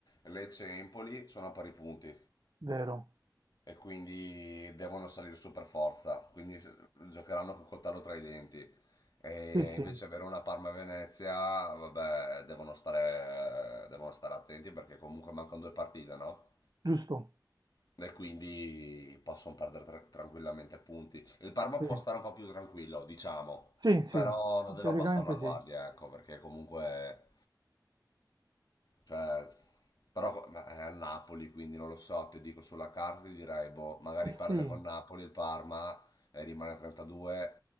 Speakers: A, on the left (about 65°); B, on the right (about 70°).
A: Lecce e Empoli sono a pari punti
B: vero?
A: e quindi devono salire su per forza, quindi s- giocheranno col coltello tra i denti. E
B: Sì, sì,
A: invece Verona, Parma e Venezia, vabbè, devono stare, devono stare attenti perché comunque mancano due partite, no?
B: giusto.
A: E quindi possono perdere tra- tranquillamente punti. Il Parma
B: Sì.
A: può stare un po' più tranquillo, diciamo,
B: Sì, sì,
A: però non deve
B: teoricamente
A: abbassare la guardia,
B: sì. Eh
A: ecco, perché comunque, cioè, però co- ma è al Napoli, quindi non lo so, ti dico sulla carta, ti direi, boh, magari
B: sì,
A: perde con Napoli il Parma e rimane a 32,